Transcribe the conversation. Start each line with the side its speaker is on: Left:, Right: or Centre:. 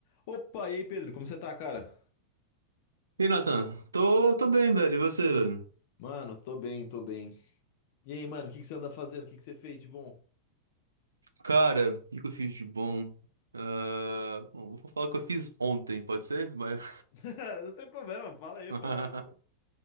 Left: Opa, e aí, Pedro, como você tá, cara?
Right: E Nathan? Tô, tô bem, velho. E você, velho?
Left: Mano, tô bem, tô bem. E aí, mano, o que que você anda fazendo? O que que você fez de bom?
Right: Cara, o que que eu fiz de bom? Ah, bom, vou falar o que eu fiz ontem, pode ser? Mas...
Left: <laughs> Não tem problema, fala aí,
Right: <laughs> Mas-
Left: fala aí, pô.